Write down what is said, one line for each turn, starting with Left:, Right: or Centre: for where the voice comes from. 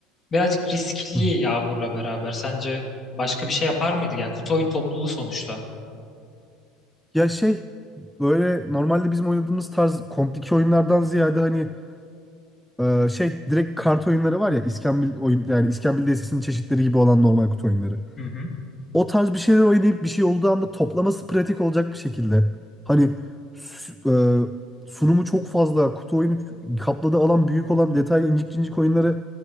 Left: birazcık riskli
Centre: Hı.
Left: Yağmur'la beraber. Sence başka bir şey yapar mıydı? Ya kutu oyun topluluğu sonuçta.
Centre: Ya şey böyle normalde bizim oynadığımız tarz komplike oyunlardan ziyade hani e, şey direkt kart oyunları var ya İskambil oyun yani İskambil destesinin çeşitleri gibi olan normal kutu oyunları.
Left: Hı hı.
Centre: o tarz bir şeyler oynayıp bir şey olduğu anda toplaması pratik olacak bir şekilde. Hani s- e, sunumu çok fazla, kutu oyunu kapladığı alan büyük olan detaylı incik cincik oyunları